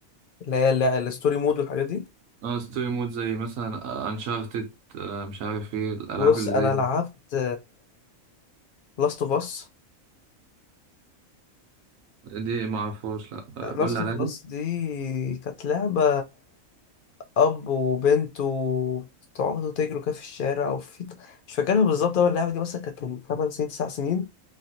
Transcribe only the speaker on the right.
اه ستوري مود زي مثلا انشارتد مش عارف ايه الألعاب
اللي
زي دي
دي معرفهاش لأ آه، قول
لي عليها
كده